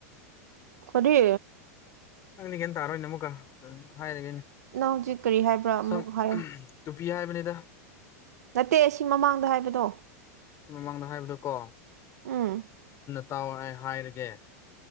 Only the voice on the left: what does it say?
ꯅꯪꯗꯤ ꯒꯦꯟ ꯇꯥꯔꯣꯏꯅꯦ ꯑꯃꯨꯛꯀ ꯍꯥꯏꯔꯒꯦꯅꯦ
ꯁꯝ
ꯄꯤ ꯍꯥꯏꯕꯅꯤꯗ
ꯁꯤ ꯃꯃꯥꯡꯗ ꯍꯥꯏꯕꯗꯨ ꯀꯣ
ꯇꯥꯎ ꯑꯩ ꯍꯥꯏꯔꯒꯦ